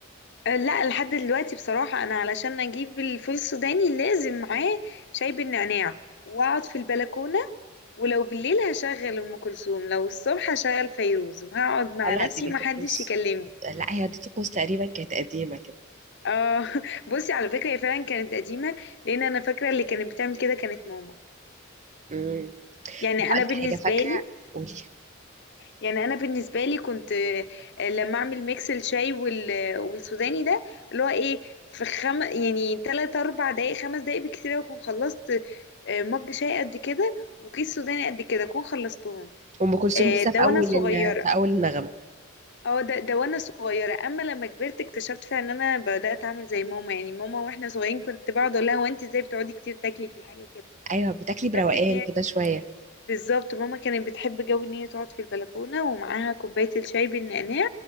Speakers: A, on the left (about 55°); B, on the right (about 35°).
A: آه، لا لحد دلوقتي بصراحة انا علشان اجيب الفول السوداني لازم معاه شاي بالنعناع واقعد في البلكونة ولو بالليل هشغل ام كلثوم لو الصبح هشغل فيروز وهقعد مع
B: اه لا
A: نفسي
B: دي ليه
A: ومحدش
B: طقوس
A: يكلمني
B: لا هي دي طقوس تقريبا كانت قديمة كده
A: اه <laughs> بصي على فكرة هي فعلا كانت قديمة لان انا فاكرة اللي كانت بتعمل كده كانت ماما
B: امم
A: يعني
B: هقولك
A: انا بالنسبة
B: حاجة فاكرة
A: لي
B: قولي
A: يعني انا بالنسبة لي كنت آه، لما اعمل ميكس الشاي وال... والسوداني ده اللي هو ايه في خم... يعني 3 4 دقايق 5 دقايق بكتير أوي اكون خلصت آه، مج شاي قد كده وكيس سوداني قد كده اكون خلصتهم
B: أم كلثوم
A: آه،
B: لسه
A: ده
B: في أول
A: وانا صغيرة
B: ال... في أول النغمة
A: اه ده ده وانا صغيره اما لما كبرت اكتشفت فعلا ان انا بدات اعمل زي ماما يعني ماما واحنا صغيرين كنت بقعد اقول لها هو انت ازاي بتقعدي كتير تاكلي في الحاجه كده
B: ايوه بتاكلي
A: اكتشفت
B: بروقان
A: ان هي
B: كده شويه
A: بالظبط ماما كانت بتحب جو ان هي تقعد في البلكونه ومعاها كوبايه الشاي بالنعناع